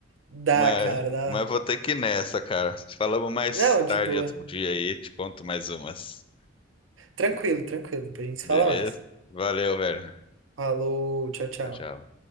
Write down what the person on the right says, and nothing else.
Dá,
cara, dá.
Não, de
boa.
Tranquilo, tranquilo. Depois a gente se
fala mais.
Falou, tchau, tchau.